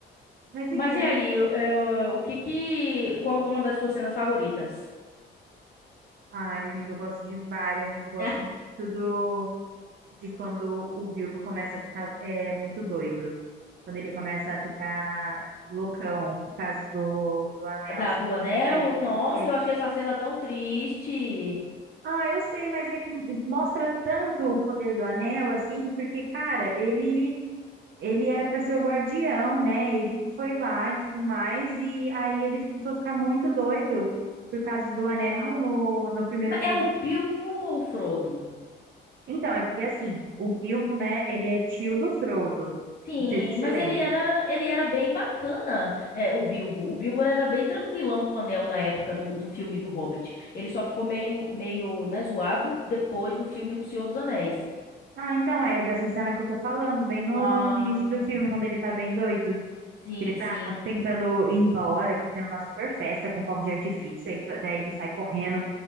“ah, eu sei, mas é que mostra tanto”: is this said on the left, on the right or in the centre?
Right